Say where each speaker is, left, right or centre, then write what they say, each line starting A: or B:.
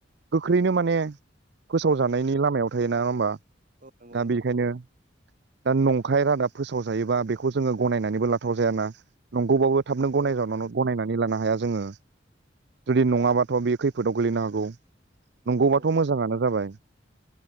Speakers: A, on the right (about 65°); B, on the right (about 45°).
A: गोख्रैनो माने फोसाव
B: औ
A: जानायनि लामायाव थायो नङा हमबा
B: औ नंगौ
A: दा
B: नोंथां
A: बेनिखायनो दा नंखाय रादाब फोसावजायोबा बेखौ जोङो गनायनानैबो लाथाव जायाना नंगौबाबो थाबनो गनाय
B: औ
A: गनायनानै
B: नंगौ
A: लानो हाया जोङो जुदि नङाबाथ' बे खैफोदाव गोलैनो हागौ नंगौबाथ'
B: औ
A: मोजाङानो जाबाय